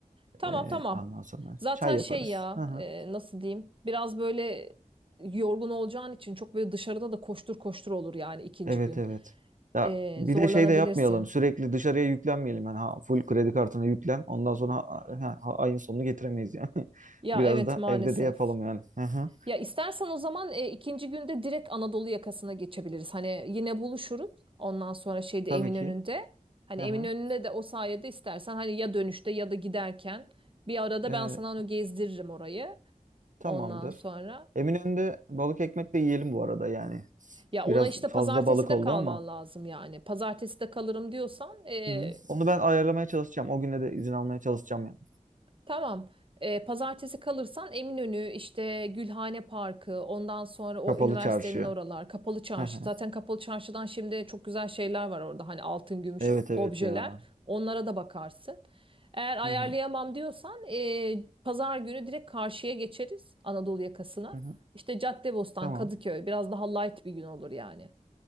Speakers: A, on the right (about 40°); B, on the right (about 65°).
A: tamam,
B: Ee,
A: tamam.
B: ondan sonra
A: Zaten
B: çay yaparız.
A: şey ya
B: Hı hı.
A: eee, nasıl diyeyim? Biraz böyle yorgun olacağın için çok böyle dışarıda da koştur koştur olur yani ikinci
B: Evet
A: gün.
B: evet. Ya
A: Eee,
B: bir
A: zorlanabilirsin.
B: de şey de yapmayalım. Sürekli dışarıya yüklenmeyelim. Yani ha, full kredi kartına yüklen. Ondan sonra ha- ha- ha- ayın sonunu getiremeyiz yani. <laughs>
A: Ya
B: Biraz
A: evet
B: da
A: maalesef.
B: evde de yapalım yani. Hı hı.
A: Ya istersen o zaman e, ikinci günde direkt Anadolu yakasına geçebiliriz. Hani yine buluşuruz. Ondan sonra şeyde
B: Tabii
A: Eminönü'nde.
B: ki.
A: Hani
B: Hı
A: Eminönü'nde
B: hı.
A: de o sayede istersen hani ya dönüşte ya da giderken bir arada
B: Ee,
A: ben sana onu gezdiririm orayı.
B: tamamdır.
A: Ondan sonra
B: Eminönü'nde balık ekmek de yiyelim bu arada yani.
A: ya
B: Biraz
A: ona işte
B: fazla
A: pazartesi
B: balık
A: de
B: oldu
A: kalman
B: ama.
A: lazım yani. Pazartesi de kalırım diyorsan e,
B: Hı hı. Onu ben ayarlamaya çalışacağım. O güne de izin almaya çalışacağım yani.
A: Tamam. Ee, pazartesi kalırsan Eminönü, işte Gülhane Parkı, ondan sonra o
B: Kapalı
A: üniversitenin
B: çarşıya.
A: oralar, Kapalı Çarşı.
B: Hı hı.
A: Zaten Kapalı Çarşı'dan şimdi çok güzel şeyler var orada. Hani altın, gümüş
B: Evet evet
A: objeler.
B: ya.
A: Onlara da bakarsın. Eğer ayarlayamam
B: Hı hı.
A: diyorsan ee, pazar günü direkt karşıya geçeriz Anadolu yakasına.
B: Hı hı.
A: İşte Caddebostan,
B: Tamam.
A: Kadıköy biraz daha light bir gün olur yani.